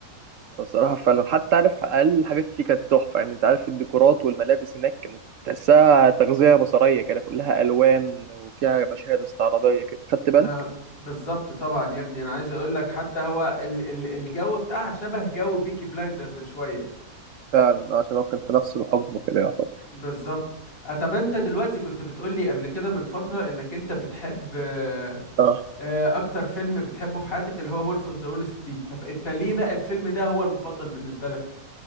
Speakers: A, on the right (about 65°); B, on the left (about 60°).
A: الصراحة فعلا حتى عارف أقل الحاجات فيه كانت تحفة يعني أنت عارف الديكورات والملابس هناك كانت تحسها تغذية بصرية كده كلها ألوان وفيها مشاهد استعراضية كده خدت
B: ما
A: بالك؟
B: بالظبط طبعا يا ابني انا عايز اقول لك حتى هو ال ال الجو بتاعها شبه جو بيكي بلايندرز شويه
A: فعلا آه، عشان هو كان في نفس الحقبة كده يعتبر
B: بالظبط آه، طب انت دلوقتي كنت بتقول لي قبل كده من فتره انك انت بتحب آه،
A: آه
B: آه، اكتر فيلم بتحبه في حياتك اللي هو وولف اوف ذا وول ستريت طب انت ليه بقى الفيلم ده هو المفضل بالنسبه لك